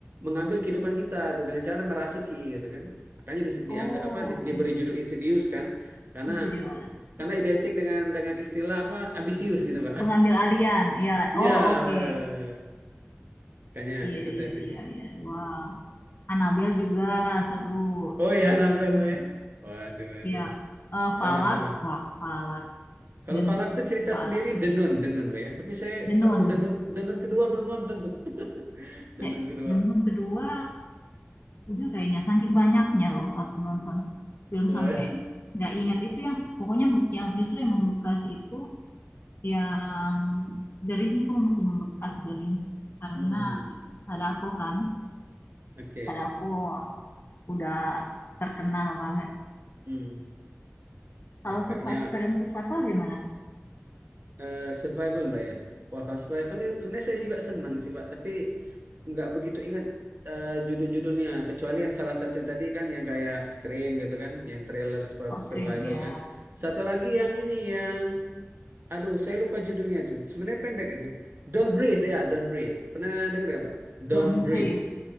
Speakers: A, on the right (about 55°); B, on the left (about 50°).
A: mengambil kehidupan kita tuh dengan cara merasuki gitu kan makanya dis- dianggap
B: Oh
A: apa di-
B: oke.
A: diberi judul Insidious kan karena
B: Insidious.
A: karena identik dengan dengan istilah apa ambisius gitu Pak
B: Pengambil alian. Ya.
A: <laughs>
B: Oh
A: ya
B: oke.
A: benar-benar makanya
B: Iya,
A: itu
B: iya,
A: tadi
B: iya, iya. Wah, Anabel juga seru.
A: oh
B: Hmm,
A: ya Nabel Pak, ya waduh waduh
B: iya. Eh, Falak,
A: sama sama
B: wah, Falak
A: Kalau
B: dan
A: Falak tuh cerita
B: Falak.
A: sendiri Denun, Denun Be, ya. Tapi saya,
B: Denun.
A: aduh Denun, Denun kedua belum nonton tuh. <laughs> Denun
B: Cek,
A: kedua.
B: Denun kedua udah kayaknya saking banyaknya loh aku nonton film
A: Wah.
B: sampai nggak ingat itu yang pokoknya yang justru yang membekas itu yang Dering itu masih membekas Dering karena
A: Hmm.
B: Sadako kan
A: Oke.
B: Sadako udah terkenal banget
A: Hmm.
B: Kalau
A: Wah, kayaknya
B: survive, film survival gimana?
A: eh, survival Mbak ya. Wah, kalau survival ya, sebenarnya saya juga senang sih Mbak. Tapi nggak begitu ingat eh, judul-judulnya. Kecuali yang salah satu yang tadi kan yang kayak Scream gitu kan. Yang trailer
B: Kalau Scream
A: survival
B: ya
A: kan. Satu lagi yang ini yang Aduh, saya lupa judulnya itu. Sebenarnya pendek itu. Don't Breathe ya, Don't Breathe. Pernah dengar nggak, Pak? Don't
B: Don't
A: Breathe.
B: Breathe.